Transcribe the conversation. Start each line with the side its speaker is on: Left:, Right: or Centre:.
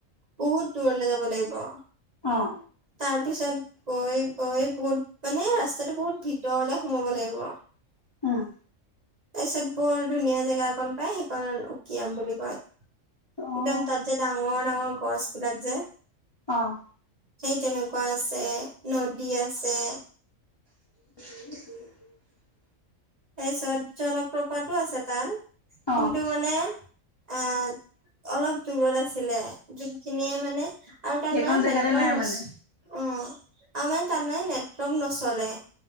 Right: বহুত দূৰলে যাব লাগিব।
Left: অ
Right: তাৰ পিছত গৈ গৈ বহুত মানে ৰাস্তাটো বহুত ভিতৰলে সোমাব লাগিব। <unintelligible>
Left: উম।
Right: তাৰ পিছত বৰ ধুনীয়া জেগা অকন পাই সেইকণ উকিয়াম বুলি কয়।
Left: অ',
Right: একদম তাত যে ডাঙৰ ডাঙৰ গছ বিলাক যে
Left: অ',
Right: সেই তেনেকুৱা আছে নদী আছে।
Left: <unintelligible>
Right: তাৰপিছত জনলপ্ৰপাতো আছে তাত কিন্তু
Left: অ',
Right: মানে। এ অলপ দূৰত আছিলে যোনখিনিয়ে মানে। আৰু তাত
Left: সেইকণ
Right: মানে
Left: জেগাতে
Right: নেটৱৰ্ক
Left: নাই
Right: নাছিল
Left: মানে?
Right: অ। আৰু মানে তাত মানে নেটৱৰ্ক নচলে